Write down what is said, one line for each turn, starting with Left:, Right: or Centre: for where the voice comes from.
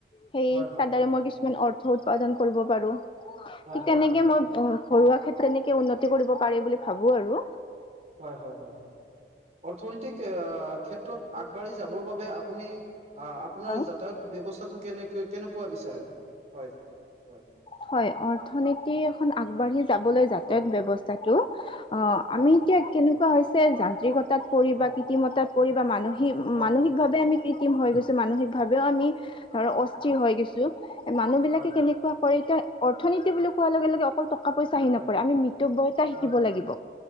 Left: সেই
Right: হয় হয়
Left: তাৰ
Right: হয়
Left: দ্বাৰা মই কিছুমান অৰ্থ উৎপাদন কৰিব পাৰো
Right: হয়
Left: ঠিক
Right: হয়
Left: তেনেকে
Right: হয় হয়
Left: মই ঘৰুৱা ক্ষেত্ৰত, তেনেকে উন্নতি কৰিব পাৰি বুলি ভাবো আৰু।
Right: হয় হয়, হয় হয়। অৰ্থনৈতিক, আ ক্ষেত্ৰত আগবাঢ়ি যাবৰ বাবে আপুনি আ-আপোনাৰ
Left: হয়
Right: যাতায়াত ব্যৱস্থাটো কেনেক-কেনেকুৱা বিচাৰে? হয়। হয়
Left: হয়, অৰ্থনীতি এখন আগবাঢ়ি যাবলৈ যাতায়াত
Right: হয়
Left: ব্যৱস্থাটো অ'। আমি
Right: হয়
Left: এতিয়া কেনেকুৱা হৈছে যান্ত্ৰিকতাত পৰি
Right: হয়
Left: বা কৃত্ৰিমতাত পৰি বা মানসিক মানসিকভাৱে
Right: হয়
Left: আমি কৃত্ৰিম হৈ গৈছো, মানসিকভাৱেও আমি ধৰ অস্থিৰ হয় গেইছো। এ মানুহবিলাকে
Right: হয় হয়
Left: কেনেকুৱা কৰে এতিয়া, অৰ্থনীতি বুলি কোৱাৰ লগে লগে অকল টকা টকা-পইচা আহি
Right: হয়
Left: নপৰে, আমি মিতব্যয়তা শিকিব
Right: হয়
Left: লাগিব।